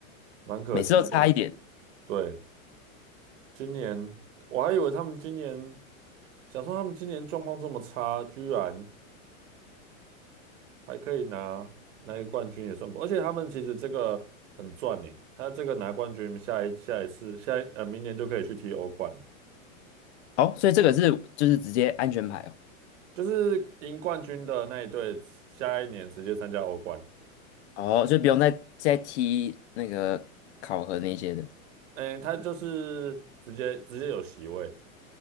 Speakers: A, on the right; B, on the left.
A: 蛮可惜的。
B: 每次都差一点。
A: 对，今年我还以为他们今年想说他们今年状况这么差，居然。还可以拿拿一个冠军也算不，而且他们其实这个很赚呢。他这个拿冠军，下一下一次，下一呃明年就可以去踢欧冠了，
B: 哦，所以这个是就是直接安全牌
A: 就是赢冠军的那一队，下一年直接参加欧冠。
B: 哦，哦，就不用再再踢那个考核那些的。
A: 哎，他就是直接直接有席位，